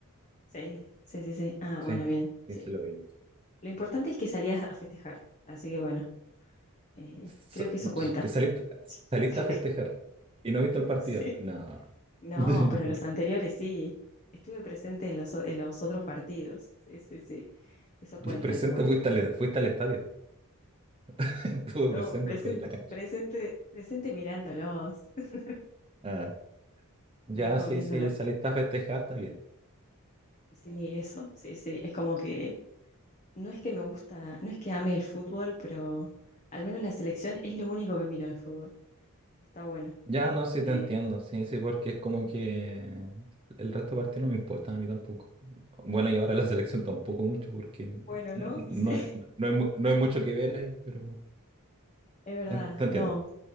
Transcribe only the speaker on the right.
Sí,
sí,
sí lo vi.
Sa-
que saliste, saliste
a festejar y no viste el partido.
No.
<laughs>
No.
Presente,
fuiste al, fuiste al estadio. <laughs> Estuve
presente,
estuve en la cancha.
Ah, ya,
sí,
sí, saliste a festejar, está bien.
Ya, no, sí te
entiendo. Sí, sí, porque es como que el resto de partidos no me importan a mí tampoco. Bueno, y ahora la selección tampoco mucho porque
no, no
hay, no hay mu- no hay mucho que ver ahí, pero...
En- Te entiendo.